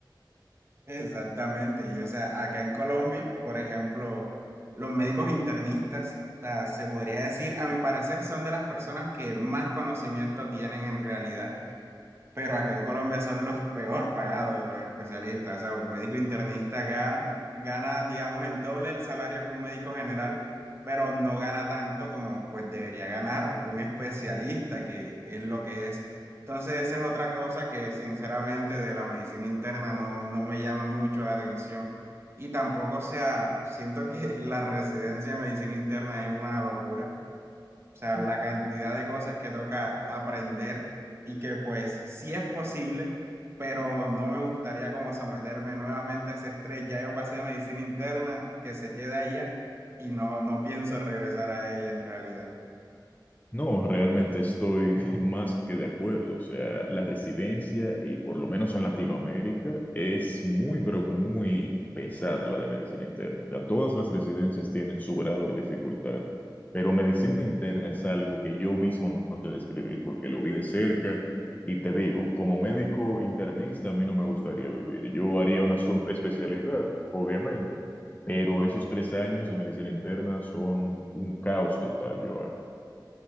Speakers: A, on the right; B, on the left.
A: <laughs> Exactamente, y o sea, acá en Colombia, por ejemplo, los médicos internistas, o sea, se podría decir, a mi parecer, son de las personas que más conocimiento tienen en realidad pero acá en Colombia son los peor pagados de los especialistas. O sea, un médico internista acá gana, digamos, el doble del salario que un médico general, pero no gana tanto como pues debería ganar un especialista, que es lo que es. Entonces, esa es otra cosa que sinceramente de la medicina interna no, no me llama mucho la atención. Y tampoco, o sea, siento que <laughs> la residencia de medicina interna es una locura o sea, la cantidad de cosas que toca aprender y que pues sí es posible, pero no me gustaría como someterme nuevamente a ese estrés. Ya yo pasé medicina interna, que se queda allá y no, no pienso regresar a ella en realidad.
B: No, realmente estoy <laughs> más que de acuerdo. O sea, la residencia, y por lo menos en Latinoamérica, es muy, pero muy pesada la de medicina interna. O sea, todas las residencias tienen su grado de dificultad, pero medicina interna es algo que yo mismo no sé describir porque lo vi de cerca y te digo, como médico internista, a mí no me gustaría vivir. Yo haría una subespecialidad, obviamente, pero esos tres años de medicina interna son un caos total, Joan.